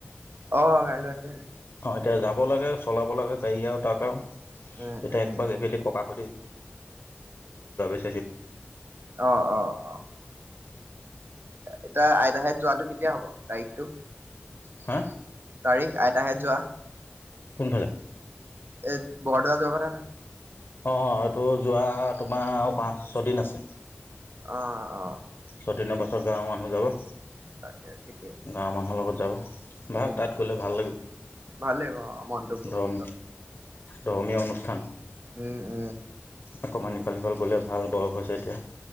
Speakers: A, on the right; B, on the left.
A: অ গাড়ী লৈ আহিছে।
B: অ এতিয়া যাব লাগে চলাব লাগে গাড়ী আৰু তাক আৰু
A: উম
B: এতিয়া
A: উম
B: একপাক এবেলি ককাক। <unintelligible>
A: অ অ অ এতিয়া। তাহেত যোৱাটো কেতিয়া হ'ব তাৰিখটো।
B: হা।
A: তাৰিখ আইতাহঁত যোৱা।
B: কোনফালে।
A: এই বৰদোৱা যোৱা কথা নে।
B: অ এইটো যোৱা তোমাৰ পাঁচ ছয়দিন আছে।
A: অ'অ'।
B: বহুত দিনৰ পাছত গাঁৱৰ মানুহ যাব।
A: তাকে ঠিকেই।
B: গাঁৱৰ মানুহৰ লগত যাব ভাল
A: উম
B: তাত গ'লে ভাল লাগিব
A: ভাল লাগিব অ মনটো
B: ধৰ।
A: অলপ।
B: ধৰ্মীয় অনুষ্ঠান।
A: উম উম।
B: অকণমান ইফাল সিফাল গ'লে ভাল বয়স হৈছে এতিয়া।